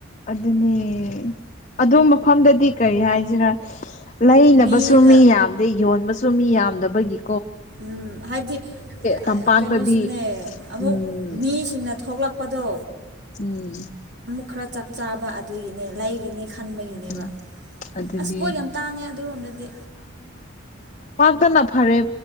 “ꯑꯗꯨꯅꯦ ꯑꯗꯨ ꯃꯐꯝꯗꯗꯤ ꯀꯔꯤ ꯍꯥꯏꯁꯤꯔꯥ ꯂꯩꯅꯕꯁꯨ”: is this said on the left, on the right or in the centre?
Left